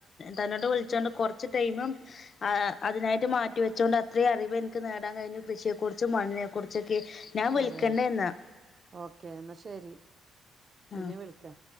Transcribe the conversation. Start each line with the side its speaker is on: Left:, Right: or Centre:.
Left: തന്നോട് വിളിച്ചാണ്ട് കുറച്ച് ടൈമ് അതിനായിട്ട് മാ റ്റി വെച്ചോണ്ട് അത്രയും അറിവെനിക്ക്‌ നേടാൻ കഴിഞ്ഞു കൃഷിയെ കുറിച്ചു മണ്ണിനെ കുറിച്ചൊക്കെ ഞാൻ വിളിക്കണ്ട്
Right: അതെയ്
Left: എന്നാ
Right: ഓക്കേ എന്നാ ശരി പിന്നെ
Left: ആഹ്
Right: വിളിക്കാം